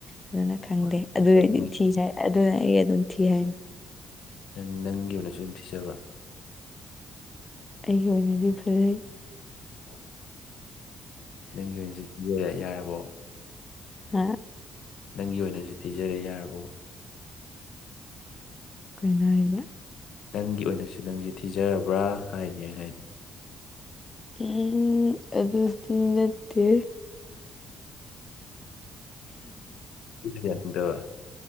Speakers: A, on the left (about 25°); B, on the left (about 75°).
A: ꯑꯗꯨꯅ ꯈꯪꯗꯦ
B: ꯍꯣꯏ
A: ꯑꯗꯨꯗꯗꯤ
B: ꯑꯗꯣ ꯅꯪꯒꯤ
A: ꯊꯤ ꯑꯗꯨꯅ ꯑꯩ ꯑꯗꯨꯝ ꯊꯤ ꯍꯥꯏꯅꯤ
B: ꯅꯪ ꯅꯪꯒꯤ ꯑꯣꯏꯅꯁꯨ ꯑꯗꯨꯝ ꯊꯤꯖꯕ
A: ꯑꯩꯒꯤ ꯑꯣꯏꯅꯗꯤ ꯐꯖꯩ
B: <unintelligible> ꯅꯪꯒꯤ ꯑꯣꯏꯅꯁꯤ ꯄꯤ ꯌꯥꯔꯕꯣ
A: ꯍ
B: ꯅꯪꯒꯤ ꯑꯣꯏꯅꯁꯨ ꯊꯤꯖꯔꯦ ꯌꯥꯔꯕꯣ
A: ꯀꯈꯣꯏꯅ ꯍꯥꯏꯔꯤꯗ
B: ꯅꯪꯒꯤ ꯑꯣꯏꯅꯁꯨ ꯅꯪꯁꯦ ꯊꯤꯖꯔꯕ꯭ꯔꯥ ꯍꯥꯏꯅꯤ ꯑꯩꯅ ꯍꯥꯏꯗꯤ
A: ꯎꯝ ꯑꯗꯨꯗꯤ ꯅꯠꯇꯦ
B: ꯌꯥꯗ ꯋꯥ